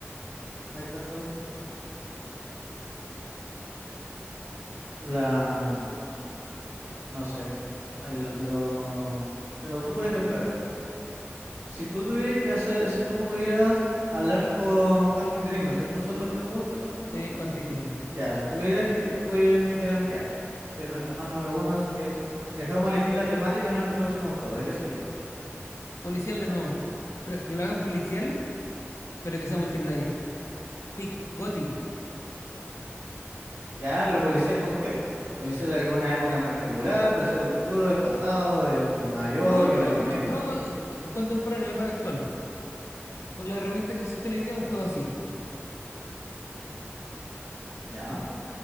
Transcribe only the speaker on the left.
Sí,
Quantic Dream.
Policial de nuevo. Pero que lo hagan policial, pero que sea multiplayer. pick Goti.
No,
no,
no, no eh, contemporáneo, época actual. Con la herramienta que existe hoy día, un juego así.